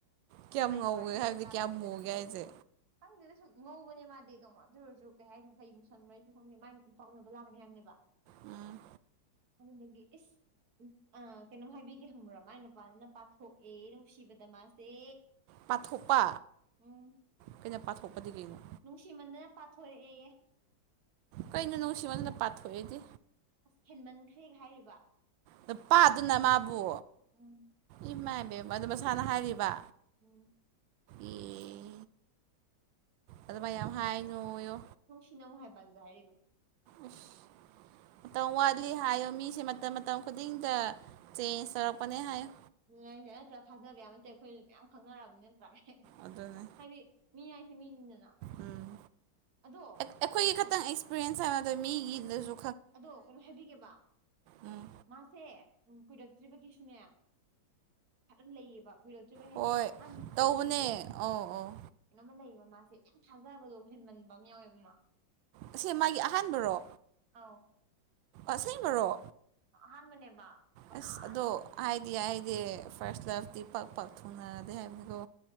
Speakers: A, on the right; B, on the right.
A: ꯀꯌꯥꯝ
B: ꯃꯥꯏ
A: ꯉꯧꯒꯦ
B: ꯅꯨꯄꯥ ꯊꯦꯡꯅꯕ
A: ꯍꯥꯏꯕꯗꯤ
B: ꯂꯥꯛꯀꯅꯤꯗꯅ
A: ꯀꯌꯥꯝ ꯃꯨꯒꯦ ꯍꯥꯏꯖꯦ
B: ꯈꯪꯗꯦꯗ ꯁꯨꯝ ꯉꯧꯕꯅꯦ ꯃꯥꯗꯤ ꯑꯗꯨꯝ ꯑꯗꯨ ꯑꯣꯏꯔꯖꯨ ꯀꯩ ꯍꯥꯏꯅꯩ ꯀꯩ ꯃꯨꯁꯟꯕ꯭ꯔꯥ ꯑꯩꯖꯨ ꯈꯪꯗꯦ ꯃꯥ ꯄꯥ ꯎꯅꯕ ꯂꯥꯛꯀꯅꯤ ꯍꯥꯏꯕꯅꯦꯕ
A: ꯎꯝ
B: ꯑꯗꯨꯗꯨꯒꯤ ꯏꯁ ꯑꯥ ꯀꯩꯅꯣꯝ ꯍꯥꯏꯕꯤꯒꯦ ꯈꯪꯕ꯭ꯔꯣ ꯃꯥꯏ ꯅꯨꯄꯥꯗꯨꯅ ꯄꯥꯊꯣꯛꯑꯦ ꯅꯨꯡꯁꯤꯕꯗ ꯃꯥꯁꯦ
A: ꯄꯥꯊꯣꯛꯄ
B: ꯎꯝ
A: ꯀꯩꯅ ꯄꯥꯊꯣꯛꯄꯗꯤ ꯀꯩꯅꯣ
B: ꯅꯨꯡꯁꯤꯃꯟꯗꯅ ꯄꯥꯊꯣꯔꯛꯑꯦꯌꯦ
A: ꯀꯩꯅꯣ ꯅꯨꯡꯁꯤꯃꯟꯗꯅ ꯄꯥꯊꯣꯛꯑꯦꯗꯤ
B: ꯑꯁ ꯍꯦꯟꯃꯟꯈ꯭ꯔꯦꯒ ꯍꯥꯏꯔꯤꯕ
A: ꯅꯨꯄꯥꯗꯨꯅ ꯃꯥꯕꯨ
B: ꯎꯝ
A: ꯏꯃꯥ ꯏꯕꯦꯝꯃ ꯑꯗꯨ ꯃꯁꯥꯅ ꯍꯥꯏꯔꯤꯕ
B: ꯎꯝ
A: ꯑꯦ ꯑꯗꯨꯃꯥꯏ ꯌꯥꯝ ꯍꯥꯏꯅꯣꯌꯣ
B: <unintelligible> ꯍꯥꯏꯕꯗꯖꯨ ꯍꯥꯏꯔꯛꯏꯕ
A: ꯑꯁ ꯃꯇꯝ ꯋꯥꯠꯂꯤ ꯍꯥꯏꯌꯣ ꯃꯤꯁꯦ ꯃꯇꯝ ꯃꯇꯝ ꯈꯨꯗꯤꯡꯗ ꯆꯦꯟꯖ ꯇꯧꯔꯛꯄꯅꯦ ꯍꯥꯏꯌꯣ
B: ꯑꯗꯨꯅꯦ ꯍꯥꯏꯁꯦ ꯅꯠꯇ꯭ꯔꯥ ꯊꯥꯖꯕ ꯌꯥꯕ ꯅꯠꯇꯦ ꯑꯩꯈꯣꯏꯅ ꯃꯌꯥꯝ ꯈꯪꯅꯔꯕꯅꯤꯅ ꯅꯠꯇ꯭ꯔꯥ
A: ꯑꯗꯨꯅꯦ
B: ꯍꯥꯏꯗꯤ ꯃꯤ ꯍꯥꯏꯁꯦ ꯃꯤꯅꯤꯗꯅ
A: ꯎꯝ
B: ꯑꯗꯣ
A: ꯑꯩꯈꯣꯏꯒꯤ
B: ꯀꯩꯅꯣ
A: ꯈꯛꯇꯪ ꯑꯦꯛꯁꯄꯤꯔꯌꯦꯟꯁ ꯍꯥꯏꯕ ꯅꯠꯇꯕ ꯃꯤꯒꯤꯗꯖꯨ
B: ꯑꯗꯣ ꯀꯩꯅꯣ ꯍꯥꯏꯕꯤꯒꯦꯕ
A: ꯎꯝ
B: ꯃꯥꯁꯦ ꯎꯝ ꯀꯨꯏꯔꯛꯇ꯭ꯔꯤꯕꯒꯤꯁꯨꯅꯦ ꯈꯔ ꯂꯩꯌꯦꯕ ꯀꯨꯏꯔꯛꯇ꯭ꯔꯤꯕꯩ ꯍꯥꯏꯗꯤ
A: ꯍꯣꯏ
B: ꯑꯍꯥꯟꯕ ꯑꯣꯏꯕꯒꯤꯀꯣ
A: ꯇꯧꯕꯅꯦ ꯑꯧ ꯑꯧ
B: ꯀꯩꯅꯣꯃ ꯂꯩꯌꯦꯕ ꯃꯥꯁꯦ ꯌꯥꯝ ꯊꯥꯖꯕꯗꯣ ꯍꯦꯟꯃꯟꯕ ꯑꯃ ꯌꯥꯎꯋꯦꯕ ꯃꯥ
A: ꯑꯁꯦ ꯃꯥꯒꯤ ꯑꯍꯥꯟꯕꯔꯣ
B: ꯑꯥꯎ
A: ꯑꯁꯦꯡꯕꯔꯣ
B: ꯑꯍꯥꯟꯕꯅꯦꯕ ꯀꯅꯥꯁꯨ
A: ꯑꯁ ꯑꯗꯣ ꯍꯥꯏꯗꯤ ꯍꯥꯏꯗꯤ ꯐꯔꯁ ꯂꯞ ꯄꯥꯛ ꯄꯥꯛ ꯊꯨꯡꯅꯗꯦ ꯍꯥꯏꯕꯅꯤꯀꯣ